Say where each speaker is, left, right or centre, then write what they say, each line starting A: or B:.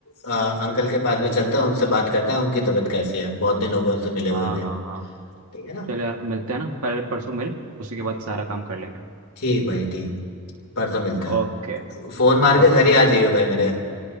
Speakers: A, on the left; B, on the right.
A: अ, अंकल के पास भी चलते हैं उनसे बात करते हैं उनकी तबीयत कैसी है बहुत दिन हो गए उनसे मिले हुए
B: हाँ
A: भी
B: हाँ हाँ
A: ठीक है ना
B: चल यार मिलते हैं ना पहले परसों मिल उसी के बाद सारा काम कर लेंगे
A: ठीक भाई ठीक परसों मिलते हैं
B: ओके
A: फोन मार के
B: ओके
A: घर ही आ जाइए भाई मेरे